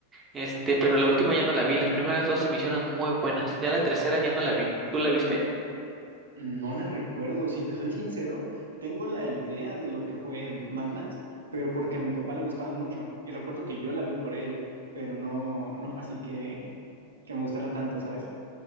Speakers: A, on the right (about 20°); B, on the right (about 75°).
A: Este, pero la última ya no la vi. Las primeras dos se me hicieron muy buenas. Ya la tercera ya no la vi. ¿Tú la viste?
B: No la recuerdo, si te soy sincero, tengo la idea de lo que fue Mad Max, pero porque a mi papá le gustaba mucho. Y recuerdo que yo la vi por él, pero no, no fue así que, que me gustara tanto, ¿sabes?